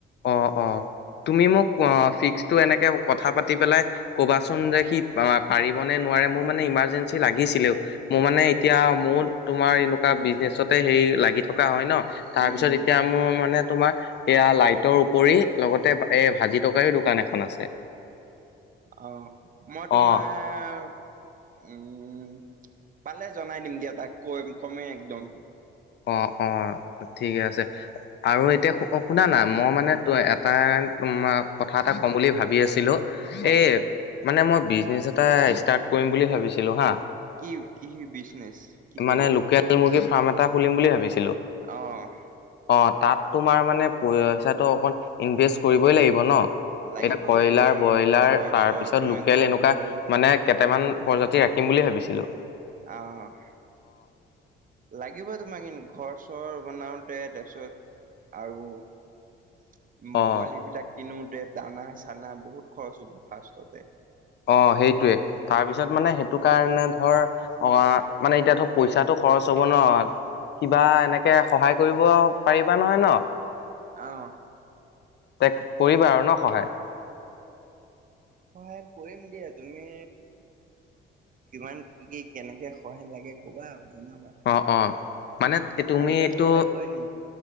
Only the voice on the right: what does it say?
উম
অ', মই তোমাৰ
উম। পালে জনাই দিম দিয়া তাক কৈ কমেই একদম।
উম
কোৱা
কি কি বিজনেচ, কি কৰিবা?
অ'।
লাগিব
লাগিব
ঘৰ
চৰ
তুমি
ঘৰটো
বনাবলৈ
অ', লাগিব তোমাক কিন্ত ঘৰ চৰ তাৰপিছত আৰু উম,
পোৱালী বিলাক কিনোতে দানা চানা বহুত খৰচ প ফাৰ্ষ্টতে।
অ'।
সহায় কৰিম দিয়া তুমি কিমান কি কি কেনেকে সহায় লাগে ক'বা। জনাবা
পাৰিলে সহায় কৰিম